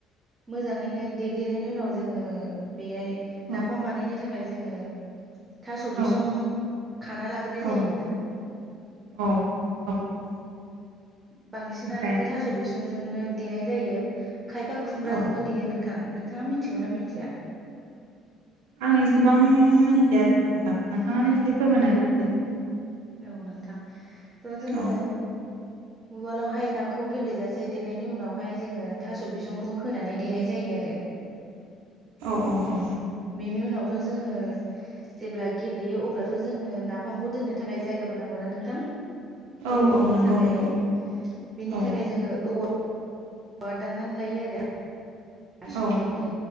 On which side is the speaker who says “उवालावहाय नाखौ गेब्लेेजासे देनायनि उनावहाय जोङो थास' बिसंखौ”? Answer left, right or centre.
Right